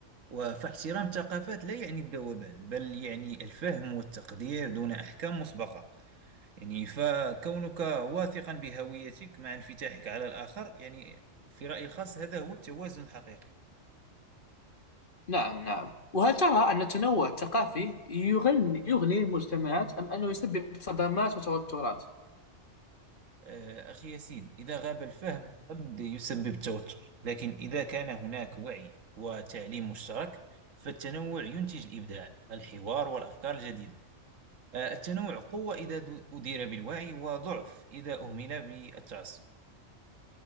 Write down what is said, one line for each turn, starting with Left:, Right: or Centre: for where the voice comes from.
Right: وفاحترام الثقافات لا يعني الذوبان بل يعني الفهم والتقدير دون أحكام مسبقة يعني فكونك واثقا بهويتك مع انفتاحك على الآخر يعني في رأيي الخاص هذا هو التوازن الحقيقي
Left: نعم نعم وهل ترى أن التنوع الثقافي يغني يغني المجتمعات أم أنه يسبب صدمات وتوترات؟
Right: آه، أخي ياسين إذا غاب الفهم قد يسبب توتر لكن إذا كان هناك وعي وتعليم مشترك فالتنوع ينتج الإبداع الحوار والأفكار الجديدة آه، التنوع قوة إذا دو- أدير بالوعي وضعف إذا أهمل بالتعصب